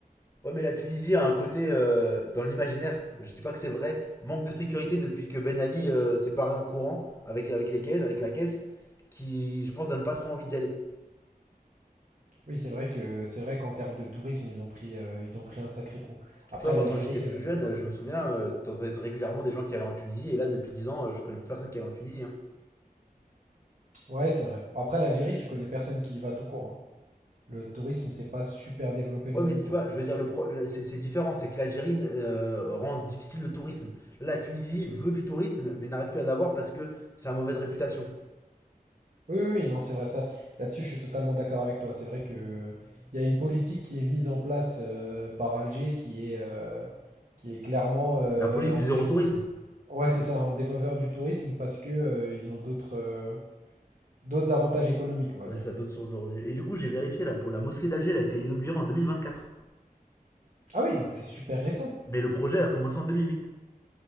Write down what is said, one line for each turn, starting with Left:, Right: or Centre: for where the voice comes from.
Left: Ouais, mais la Tunisie a un côté, euh, dans l'imaginaire, je dis pas que c'est vrai, manque de sécurité depuis que Ben Ali euh, s'est barré en courant avec, avec les caisses, avec la caisse, qui, je pense, donne pas trop envie d'y aller.
Right: Oui, c'est vrai que c'est vrai qu'en termes de tourisme, ils ont pris euh, ils ont pris un sacré coup. Après
Left: Tu vois, moi,
Right: l'Algérie,
Left: quand j'étais plus
Right: euh,
Left: jeune, euh, je me souviens, euh, t'entendais régulièrement des gens qui allaient en Tunisie, et là, depuis 10 ans, euh, je connais plus personne qui allait en Tunisie. hein.
Right: ouais, c'est vrai. Après l'Algérie, tu connais personne qui y va tout court, hein. Le tourisme, c'est pas super développé
Left: Ouais,
Right: non
Left: mais
Right: plus,
Left: tu
Right: quoi.
Left: vois, je veux dire, le pro- le- c'est c'est différent. C'est que l'Algérie euh, rend difficile le tourisme. Là, la Tunisie veut du tourisme, mais n'arrive plus à l'avoir parce que ça a mauvaise réputation.
Right: Oui, oui, oui, non, c'est vrai ça. Là-dessus, je suis totalement d'accord avec toi. C'est vrai que il y a une politique qui est mise en place euh, par Alger qui est euh, qui est clairement euh,
Left: La politique
Right: en
Left: du
Right: défaveur.
Left: zéro tourisme.
Right: Ouais, c'est ça, en défaveur du tourisme parce que euh, ils ont d'autres euh, D'autres avantages économiques, on va
Left: Ouais,
Right: dire.
Left: ça a d'autres sources de revenus. Et du coup, j'ai vérifié, là, pour la mosquée d'Alger, elle a été inaugurée en 2024.
Right: Ah oui, donc c'est super récent.
Left: Mais le projet a commencé en 2008.